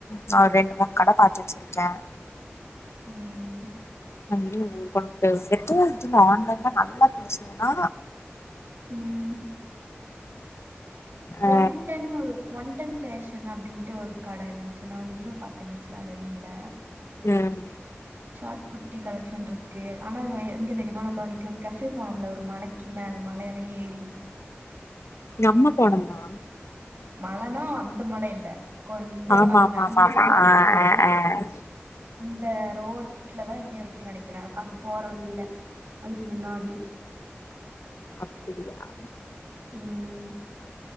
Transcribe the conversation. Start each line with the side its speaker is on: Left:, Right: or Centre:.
Left: நான் ஒரு ரெண்டு மூணு கட பாத்து வச்சிருக்கேன்
Right: உம்
Left: ஐயோ <unintelligible> ஆன்லைன் தான் நல்லா புடிச்சதுன்னா
Right: உம்
Left: அ
Right: ஒன் டென்னூரு ஒன் டென் பேஷன் அப்படின்ட்டு ஒரு கட இருந்துச்சு நான் இதுல பாத்தேன் இன்ஸ்டா ரீல்ல
Left: உம்
Right: ஷார்ட் குர்த்தி கலெக்ஷன் இருக்கு ஆனா எங்க தெரியுமா நம்ம இன்னைக்கு ஒரு கஃபே போனோம்ல ஒரு மலைக்கு மேல மலையில ஏறி
Left: நம்ம போனோம்மா
Right: மழைனா வந்த மழை இல்ல கொஞ்சோ
Left: ஆமா
Right: அந்த
Left: மா
Right: அங்கிருந்து
Left: மா மா மா
Right: பாத்து
Left: ஆஹ்ஹ் ஹ்
Right: அந்த ரோட்லதான் எங்கயோ இருக்குன்னு நினைக்கிறேன் அந்த போற வழியில அதுக்கு முன்னாடி
Left: அப்பிடியா
Right: உம்ம்